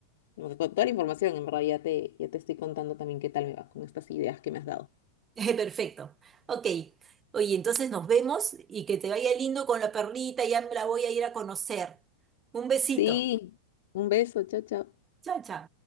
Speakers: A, on the left; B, on the right.
A: bueno, con toda la información, en verdad, ya te, ya te estoy contando también qué tal me va con estas ideas que me has dado.
B: <laughs> perfecto. Ok. Oye, entonces nos vemos y que te vaya lindo con la perlita, ya me la voy a ir a conocer. Un besito.
A: Sí, un beso, chao, chao.
B: Chao, chao.